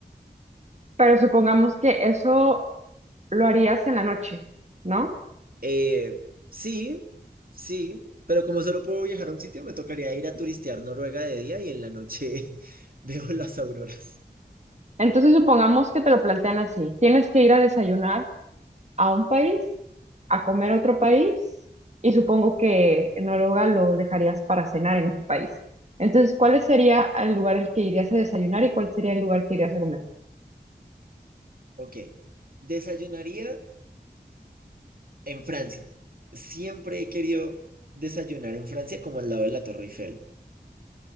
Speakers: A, on the right (about 40°); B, on the right (about 55°).
A: Pero supongamos que eso lo harías en la noche, ¿no?
B: Eh, sí, sí, pero como solo puedo viajar a un sitio, me tocaría ir a turistear Noruega de día y en la noche <laughs> veo las auroras.
A: Entonces supongamos que te lo plantean así. Tienes que ir a desayunar a un país, a comer a otro país, y supongo que en Noruega lo dejarías para cenar en ese país. Entonces, ¿cuál sería el lugar el que irías a desayunar y cuál sería el lugar que irías a comer
B: Ok, desayunaría en Francia. Siempre he querido desayunar en Francia como al lado de la Torre Eiffel.